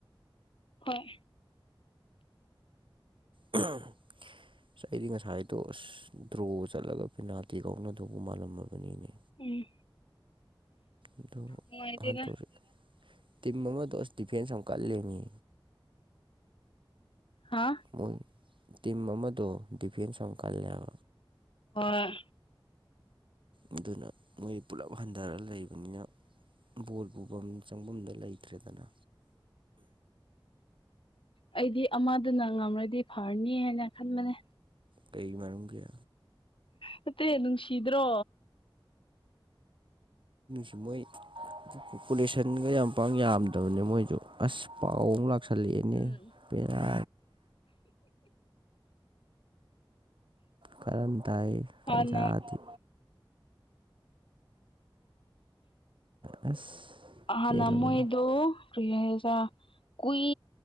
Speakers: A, on the left; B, on the right.
A: ꯍꯣꯏ
B: ꯎꯝ ꯑꯁ ꯑꯩꯗꯤ ꯉꯁꯥꯏꯗꯣ ꯑꯁ ꯗ꯭ꯔꯣ ꯆꯠꯂꯒ ꯄꯦꯅꯥꯜꯇꯤ ꯀꯧꯅꯗꯧꯕ ꯃꯥꯜꯂꯝꯃꯕꯅꯤꯅꯦ
A: ꯎꯝ
B: ꯑꯗꯣ
A: ꯅꯨꯡꯉꯥꯏꯇꯦꯗ
B: ꯍꯟꯗꯣꯔꯛꯑꯦ ꯇꯤꯝ ꯑꯃꯗꯣ ꯑꯁ ꯗꯤꯐꯦꯟꯁ ꯑꯃ ꯀꯜꯂꯦꯅꯤ
A: ꯍꯥꯥ
B: ꯃꯣꯏ ꯇꯤꯝ ꯑꯃꯗꯣ ꯗꯤꯐꯦꯟꯁ ꯌꯥꯝ ꯀꯜꯂꯦꯕ
A: ꯑꯣ
B: ꯑꯗꯨꯅ ꯃꯣꯏ ꯄꯨꯂꯞ ꯍꯟꯊꯔꯒ ꯂꯩꯕꯅꯤꯅ ꯕꯣꯜ ꯄꯨꯐꯝ ꯆꯪꯐꯝꯗ ꯂꯩ ꯊ꯭ꯔꯔꯤꯗꯅ
A: ꯑꯩꯗꯤ ꯑꯃꯗꯨꯅ ꯉꯝꯔꯗꯤ ꯐꯔꯅꯤ ꯍꯥꯏꯅ ꯈꯟꯕꯅꯦ
B: ꯀꯩ ꯃꯅꯒ
A: ꯅꯠꯇꯦ ꯅꯨꯡꯁꯤꯗ꯭ꯔꯣ
B: ꯁꯨꯝꯩ ꯄꯣꯄꯨꯂꯦꯁꯟꯒ ꯌꯥꯝ ꯄꯥꯡ ꯌꯥꯝꯗꯕꯅꯦ ꯃꯣꯏꯁꯨ ꯑꯁ ꯄꯥꯎ ꯑꯃꯨꯛ ꯂꯥꯛ ꯁꯂꯤꯅꯤꯔꯥ
A: ꯎꯝ
B: ꯀꯔꯟ ꯇꯏ
A: ꯍꯥꯟꯅ
B: ꯇꯆꯥ ꯍꯥꯊ ꯑꯁ
A: ꯑ
B: ꯄꯦꯜꯂꯕꯅꯤ
A: ꯅꯃꯣꯏꯗꯨ ꯀ꯭ꯔꯤꯖꯥ ꯀꯨꯏ